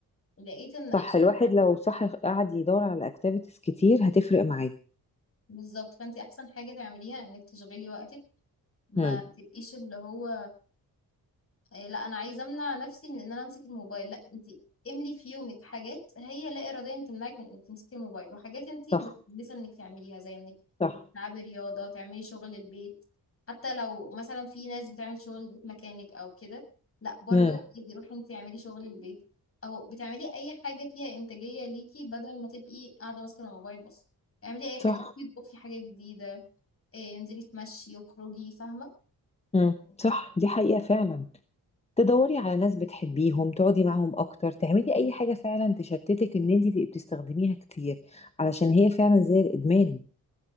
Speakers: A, on the left (about 35°); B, on the left (about 15°).
A: فلقيت ان احسن
B: صح الواحد
A: حاجة
B: لو صح قعد يدور على اكتيفيتيز كتير هتفرق معاه
A: بالظبط فانت احسن حاجة تعمليها انك تشغلي وقتك ما
B: امم
A: تبقيش اللي هو إيه، لا انا عايزه امنع نفسي من ان انا امسك الموبايل لا انت املي في يومك حاجات هي لا اراديه انت تمنعك من انك تمسكي الموبايل وحاجات انت متحمسه
B: صح
A: انك تعمليها زي انك
B: صح
A: تلعبي رياضه تعملي شغل البيت حتى لو مثلا في ناس بتعمل شغل البيت مكانك او كده لا برضو
B: امم
A: عادي روحي انت اعملي شغل البيت او بتعملي اي حاجه فيها انتاجيه ليكي بدل ما تبقي قاعده ماسكه الموبايل بس اعملي اي حاجه
B: صح
A: روحي اطبخي حاجه جديده إيه، انزلي تمشي واخرجي فاهمه
B: إمم، صح، دي حقيقة فعلًا. تدوّري على ناس بتحبيهم، تقعدي معاهم أكتر، تعملي أي حاجة فعلًا تشتتِك إن أنتِ تبقي بتستخدميها كتير، علشان هي فعلًا زي الإدمان،